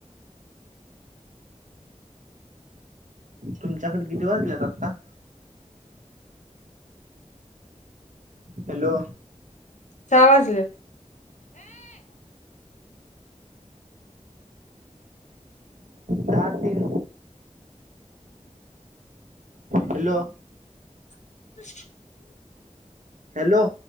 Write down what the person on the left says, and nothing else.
सहा वाजलेत.
हम् <inaudible>